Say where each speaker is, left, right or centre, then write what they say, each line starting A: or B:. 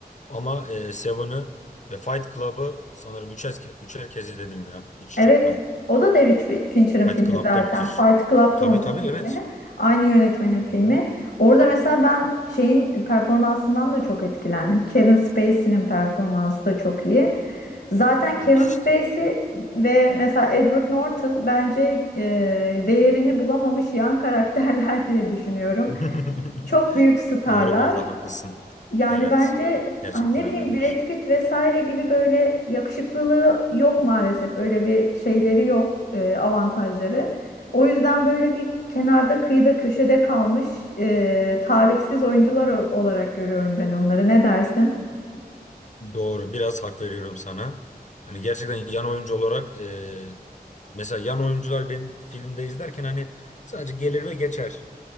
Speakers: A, on the left (about 45°); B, on the left (about 75°).
A: Ama e, Seven'ı ve Fight Club'ı sanırım üçer, ke- üçer kez izledim ya hiç
B: Evet.
A: çoktan.
B: O da David Fi- Fincher'ın filmi
A: Fight Club
B: zaten.
A: da müthiş.
B: Fight Club'da
A: Tabii
B: onun
A: tabii
B: filmi.
A: evet.
B: Aynı yönetmenin filmi.
A: Hı hı.
B: Orada mesela ben şeyin performansından da çok etkilendim. Kevin Spacey'nin performansı da çok iyi. Zaten Kevin
A: Müthişti.
B: Spacey ve mesela Edward Norton bence e, değerini bulamamış yan karakterler <laughs> diye düşünüyorum.
A: <laughs>
B: Çok büyük starlar.
A: Doğru bu arada haklısın.
B: Yani
A: Evet.
B: bence
A: Gerçekten
B: hani ne
A: öyleler.
B: bileyim Brad Pitt vesaire gibi böyle yakışıklılığı yok maalesef. Öyle bir şeyleri yok, e, avantajları. O yüzden böyle bir kenarda kıyıda köşede kalmış e, talihsiz oyuncular o- olarak görüyorum ben onları. Ne dersin?
A: Doğru. Biraz hak veriyorum sana. Hani gerçekten yan oyuncu olarak e, mesela yan oyuncular benim filmde izlerken hani sadece gelir ve geçer.